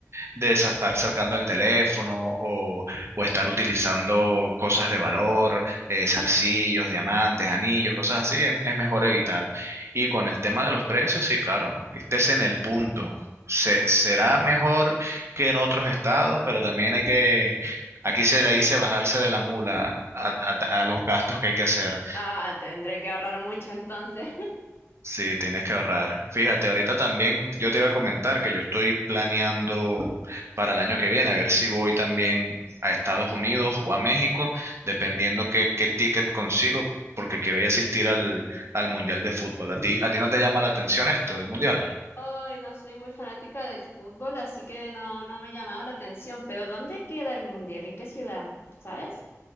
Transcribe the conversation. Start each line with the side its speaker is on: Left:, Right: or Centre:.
Right: de esa- estar cercando el teléfono o, o estar utilizando cosas de valor, eh, zarcillos, diamantes, anillos, cosas así, es, es mejor evitar. Y con el tema de los precios, sí, claro, estés en el punto. Se- será mejor que en otros estados, pero también hay que, aquí se le dice bajarse de la mula a, a- a los gastos que hay que hacer.
Left: ah, tendré que ahorrar mucho entonces.
Right: Sí, tienes que ahorrar. Fíjate, ahorita también yo te iba a comentar que yo estoy planeando para el año que viene, a ver si voy también a Estados Unidos o a México, dependiendo qué, qué ticket consigo, porque quiero ir a asistir al, al Mundial de Fútbol. ¿A ti, a ti no te llama la atención esto, el Mundial?
Left: Hoy no soy muy fanática del fútbol, así que no, no me ha llamado la atención. Pero ¿dónde queda el mundial? ¿En qué ciudad? ¿Sabes?